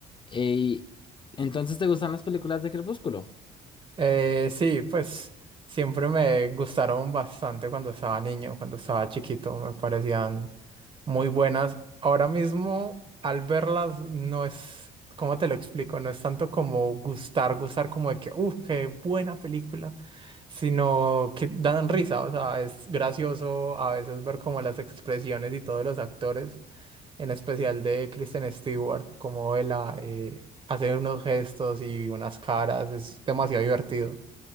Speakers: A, on the left; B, on the right.
A: Ey, entonces te gustan las películas de Crepúsculo.
B: Eh, sí, pues siempre me gustaron bastante cuando estaba niño, cuando estaba chiquito, me parecían muy buenas. Ahora mismo, al verlas, no es, ¿cómo te lo explico? No es tanto como gustar, gustar como de que, uff, qué buena película, sino que dan risa, o sea, es gracioso a veces ver como las expresiones y todos los actores en especial de Kristen Stewart, como ella eh, hace unos gestos y unas caras, es demasiado divertido.